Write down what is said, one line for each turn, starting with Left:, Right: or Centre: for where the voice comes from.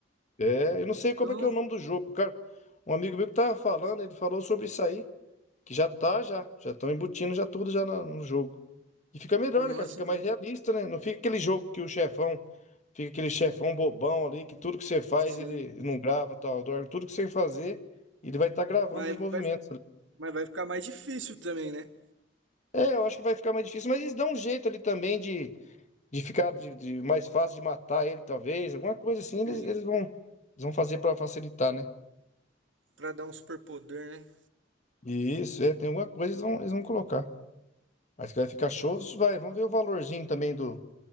Left: É, eu não sei como
Right: Então,
Left: é que é o nome do jogo, cara. Um amigo meu que tava falando, ele falou sobre isso aí. Que já tá, já. Já estão embutindo já tudo já na- no jogo. E fica melhor,
Right: nossa,
Left: né, cara? Fica
Right: então,
Left: mais realista, né? Não fica aquele jogo que o chefão. Fica aquele chefão bobão ali, que tudo que você faz
Right: sim.
Left: ele não grava, tal. dorme. Tudo que você fazer, ele vai estar gravando
Right: Mas
Left: os movimentos.
Right: vai,
Left: ali.
Right: mas vai ficar mais difícil também, né?
Left: É, eu acho que vai ficar mais difícil, mas eles dão um jeito ali também de, de ficar de, de- mais fácil de matar ele, talvez. Alguma coisa assim, eles,
Right: Sim.
Left: eles vão, eles vão fazer pra facilitar, né?
Right: Pra dar um superpoder, né?
Left: E Isso, é, tem alguma coisa eles vão, eles vão colocar. Mas que vai ficar show, vai. Vamos ver o valorzinho também do.